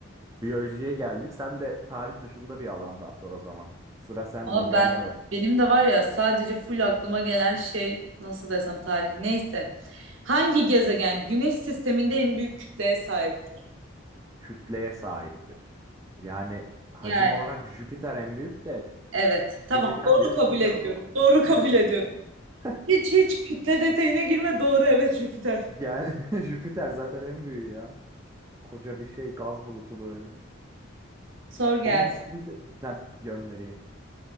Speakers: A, on the right (about 15°); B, on the right (about 70°).
A: Biyolojiye geldik. Sen de tarih dışında bir alandan sor o zaman. Sıra sende.
B: Ama
A: Gönder
B: ben benim de var ya sadece full aklıma gelen şey nasıl desem tarih neyse. Hangi gezegen Güneş sisteminde en büyük kütleye sahiptir?
A: kütleye sahiptir. Yani hacim
B: Yani
A: olarak Jüpiter en büyük de
B: evet tamam
A: gezegen
B: doğru
A: diyor
B: kabul
A: Jüpiter
B: ediyorum.
A: o zaman.
B: Doğru kabul
A: Değil mi?
B: ediyorum.
A: <laughs>
B: Hiç hiç kütle detayına girme doğru evet Jüpiter.
A: Yani <laughs> Jüpiter zaten en büyüğü ya. Koca bir şey gaz bulutu böyle.
B: Sor gelsin.
A: Onun üstünde Ha, göndereyim.